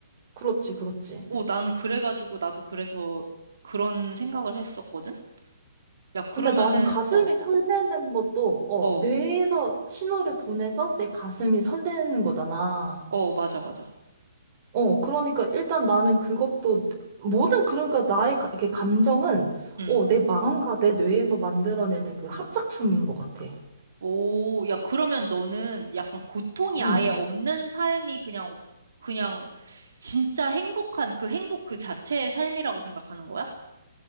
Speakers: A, on the right (about 35°); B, on the right (about 75°).
A: 그렇지, 그렇지.
B: 어, 난 그래가지고 나도 그래서 그런 생각을 했었거든? 야, 그러면은,
A: 근데 나는 가슴이
B: 어,
A: 설레는 것도, 어,
B: 어,
A: 뇌에서 신호를 보내서 내 가슴이 설레는 거잖아.
B: 어, 맞아, 맞아.
A: 어, 그러니까 일단 나는 그것도, 모든, 그러니까 나의 가, 이렇게 감정은,
B: 응.
A: 어, 내 마음과 내 뇌에서 만들어내는 그 합작품인 것 같아.
B: 오, 야, 그러면 너는 약간 고통이
A: 음.
B: 아예 없는 삶이 그냥, 그냥 진짜 행복한 그 행복 그 자체의 삶이라고 생각하는 거야?